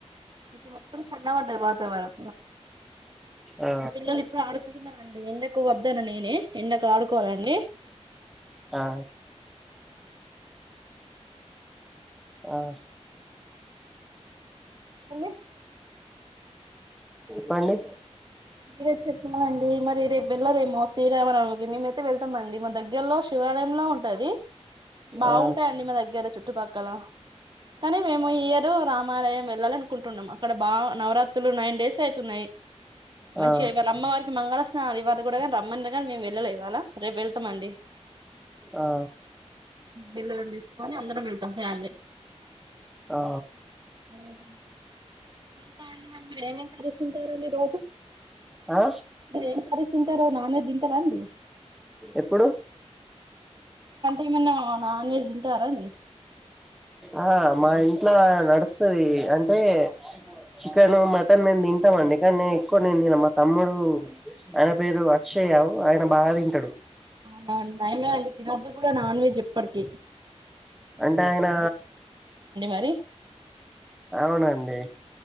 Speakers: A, on the right (about 40°); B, in the centre.
A: ఇప్పుడు మొత్తం చల్ల పడ్డది వాతావరం
B: ఆ
A: మా పిల్లలు ఇప్పుడె ఆడుకుంటున్నారన్ ఎండకు వద్దన్న నేనే ఎండకు ఆడుకోరా అండి
B: ఆ ఆ
A: అండి
B: కండి
A: మీరే చెప్తున్నరండి మరి రేపు వెళ్ళరేమో సే <unintelligible> వెళ్తమండి మా దగ్గరలో శివాలయంలో ఉన్ టది బాగుంటాయండి
B: ఆ
A: మ దగ్గర చుట్ ట్టుపక్ క్కలా కానీ మేము ఈ ఇయరు రామాలయం వెళ్ళాలనుకుంటున్నాం అక్కడ బా నవరాత్రులు నైన్ డేస్ అయితున్నాయి. మంచిగా
B: ఆ
A: ఇవాళ అమ్మవారికి మంగళ స్నానాలు ఇవ్వాళ కూడా కానీ రమ్మన్ర్ గాని మేం వెళ్లలే ఇవాళ రేపు వెళ్తాం అండి
B: ఆ
A: పిల్లలను తీసుకని అందరం వెళ్తాం ఫ్యామిలీ
B: ఆ
A: ఉ <unintelligible> తింటారండి రోజు
B: ఆ
A: మీరు ఏం కర్రీస్ తింటారు నాన్ వెజ్ తింటారా అండి
B: ఎప్పుడు
A: ఏమన్నా నాన్ వెజ్ తింటారాండి
B: ఆ మా ఇంట్లా నడుస్తది అంటే చికెను మటన్ మేం తింటాం అండి కానీ నేను ఎక్కువ నేను తిన మా తమ్ముడు ఆయన పేరు అక్షయ్ ఆయన బాగ తింటాడు
A: అవునా అండి నయమే అండి తినద్దు కూడా నాన్ వెజ్ ఇప్పడికి
B: అంటే ఆయన
A: మరి
B: అవునండి